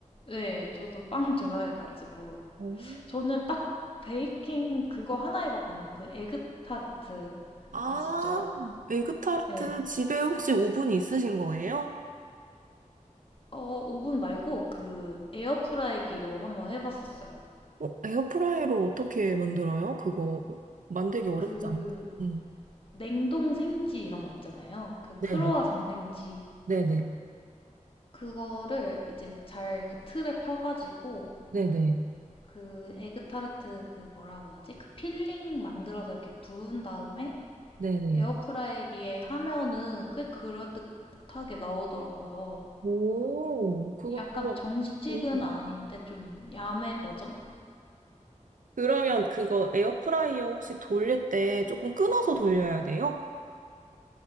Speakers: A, on the left; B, on the right.
A: 네, 저도 빵 <laughs> 좋아해가지고.
B: 오.
A: 저는 딱 베이킹 그거 하나 해봤거든요. 그 에그타르트
B: 아,
A: 아시죠?
B: 에그타르트
A: 네.
B: 집에 혹시 오븐 있으신 거예요?
A: 어, 오븐 말고 그 에어프라이기로 한번 해봤었어요.
B: 어, 에어프라이로 어떻게 만들어요? 그거 만들기 어렵지
A: 그
B: 않나? 응.
A: 냉동 생지 이런 거 있잖아요. 그
B: 네네,
A: 크로와상 생지.
B: 네네,
A: 그거를 이제 잘 그 틀에 펴가지고
B: 네네,
A: 그 에그타르트 그 뭐라고 하지? 그 필링 만들어서 이렇게 부은 다음에
B: 네네.
A: 에어프라이기에 하면은 꽤 그럴듯하게 나오더라고요.
B: 오, 그것도,
A: 약간 정식은
B: 음.
A: 아닌데 좀 야매 버전?
B: 그러면 그거 에어프라이어 혹시 돌릴 때 조금 끊어서 돌려야
A: 네.
B: 돼요?